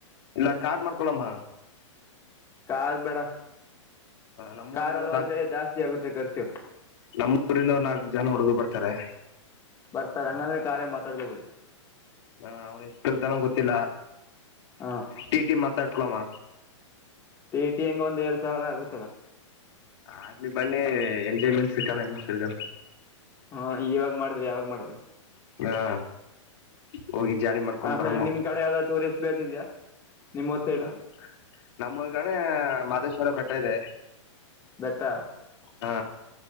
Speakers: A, on the left (about 60°); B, on the left (about 20°).
A: ಇಲ್ಲ ಕಾರ್ ಮಾಡ್ಕೊಳಮ್ಮ
B: ಕಾರ್ ಬೇಡ
A: ನಮ್ಮೂರಿಂದ
B: ಕಾರ್ಲ್ಲಿ ಹೋದ್ರೆ ಜಾಸ್ತಿ ಆಗುತ್ತೆ ಖರ್ಚು.
A: ನಮ್ಮೂಊರಿಂದ ನಾಲ್ಕಕ್ಜನ ಹುಡುಗ ಬರ್ತಾರೆ.
B: ಬರ್ತಾರೆ ಹಂಗಂದೆ ಕಾರ್ಯ ಮಾತಾಡ್ಕೊಬಿಡಿ.
A: ಹ ಅವ್ನ್ ಎಷ್ಟು ಕೇಲ್ತನೋ ಗೊತ್ತಿಲ್ಲ
B: ಹಾ
A: ಟಿ ಟಿ ಮಾತಾಡ್ಕೊಳಮ್ಮ.
B: ಎಟಿ ಎಂಗೆ ಒಂದ್ಏಳಳ್ ಸಾವಿರ ಆಗುತ್ತಲ್ಲ
A: ಆಗ್ಲಿ ಬನ್ನಿ ಎಂಜಾಯ್ಮೆಂಟ್ ನೆಮ್ಸೆಕ್ಯುಳ ಇನ್ನು ತಿರ್ಗಾನ
B: ಹಾ ಯವಾಗ ಮಾಡುದ್ರಿ ಯಾವಾಗ ಮಾಡ್ರ
A: ಹಾ ಹೋಗಿ ಜಾಲಿ ಮಾಡ್ಕೊಂಡ್
B: ಆಮೇಲೆ
A: ಬರಮ್ಮ
B: ನಿಮ್ ಕಡೆ ಯಾವ್ದ್ ಟೂರಿಸ್ಟ್ ಪ್ಲೇಸ್ ಇದೆಯಾ ನಿಮ್ಮೂರ್ ಸೈಡು
A: ನಮ ನಮ್ಮಗಣ ಮಹದೇಶ್ವರ ಬೆಟ್ಟ ಇದೆ
B: ಬೆಟ್ಟ
A: ಹಾ